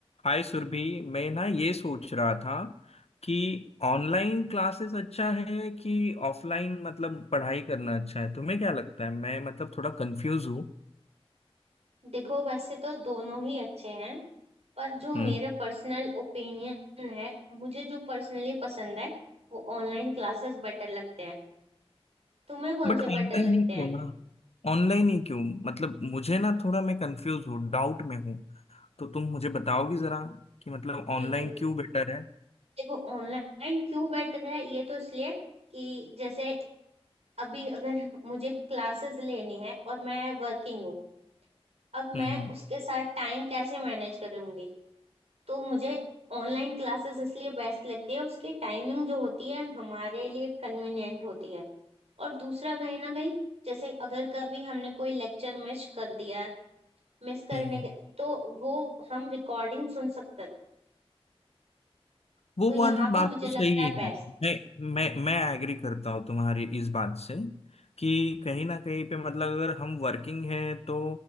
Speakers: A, on the left; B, on the right.
A: हाय सुरभि मैं ना ये सोच रहा था कि ऑनलाइन क्लासेस अच्छा है कि ऑफलाइन मतलब पढ़ाई करना अच्छा है तुम्हें क्या लगता है मैं मतलब थोड़ा कंफ्यूज हूँ
B: देखो वैसे तो दोनों ही अच्छे हैं पर जो मेरे
A: हम्म
B: पर्सनल ओपिनियन है मुझे जो पर्सनली पसंद है वो ऑनलाइन क्लासेस बेटर लगते हैं तुम्हें कौन
A: बट
B: से
A: ऑनलाइन
B: बेटर लगते
A: ही क्यों
B: हैं
A: ना ऑनलाइन ही क्यों मतलब मुझे ना थोड़ा मैं कंफ्यूज हूँ डाउट में हूँ तो तुम मुझे बताओगी जरा कि मतलब ऑनलाइन
B: बिल्कुल
A: क्यों बेटर है
B: देखो ऑनलाइन क्यों बेटर है ये तो इसलिए कि जैसे अभी अगर मुझे क्लासेस लेनी है और मैं वर्किंग हूँ अब
A: हम्म
B: मैं उसके साथ टाइम कैसे मैनेज करूंगी तो मुझे ऑनलाइन क्लासेस इसलिए बेस्ट लगती है उसकी टाइमिंग जो होती है हमारे लिए कन्वीनियंट होती है और दूसरा कहीं ना कहीं जैसे अगर कभी हमने कोई लेक्चर मिस कर दिया है मिस करने
A: हम्म
B: के तो वो हम रिकॉर्डिंग सुन सकते हैं
A: वो
B: तो यहाँ
A: वाली
B: पे
A: बात
B: मुझे
A: तो
B: लगता
A: सही
B: है बेस्ट
A: है मैं मैं मैं एग्री करता हूँ तुम्हारी इस बात से कि कहीं ना कहीं पे मतलब अगर हम वर्किंग है तो